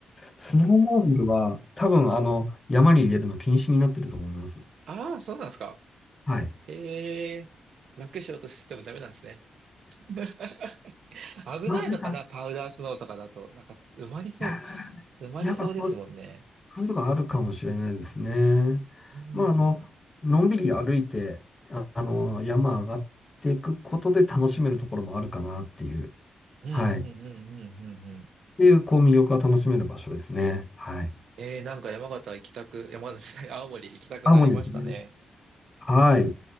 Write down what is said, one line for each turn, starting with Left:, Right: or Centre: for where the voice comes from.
Left: スノーモービルは、多分、あの、山に入れるの禁止になってると思います。
Right: ああー、そうなんですか。
Left: はい。
Right: ええ楽しようとしてもダメなんですね。<laughs> 危ないのかな、
Left: まあ、なんか、
Right: パウダースノーとかだと。なんか、埋まりそ
Left: いや
Right: う、埋まりそうですもんね。
Left: ーやっぱそう、そういうとこあるかもしれないですね。
Right: うん。
Left: まあ、あの、のんびり歩いて、あ、あの、山上がっていくことで楽しめるところもあるかなっていう、
Right: うんうんうんうんうんうん。
Left: はい。っていう、こう、魅力が楽しめる場所ですね。はい。
Right: えーなんか山形行きたく、山形じゃない、青森行きたくなりましたね。
Left: 青森ですね。はい。